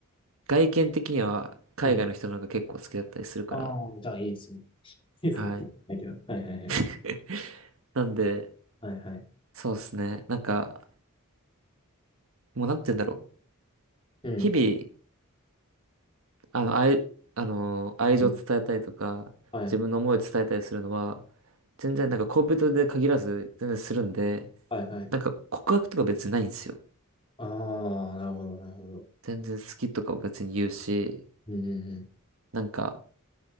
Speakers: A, on the right; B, on the left.
A: 外見的には海外の人の方が結構好きだったりするから、
B: うん。ああ、じゃあいいですね。いいですねって言ったけど。
A: はい。
B: はいはいはい。
A: <laughs> なんで、
B: はいはい。
A: そうですね。なんか、もうなんて言うんだろう。
B: うん。
A: 日々、あの、愛、あの、愛情を伝えたりとか、
B: うん。はい。
A: 自分の思いを伝えたりするのは、全然なんか恋人で限らず、全然するんで、
B: はいはい。
A: なんか告白とか別にないんですよ。
B: ああ、なるほどなるほど。
A: 全然好きとかを別に言うし、
B: うんうん
A: なんか、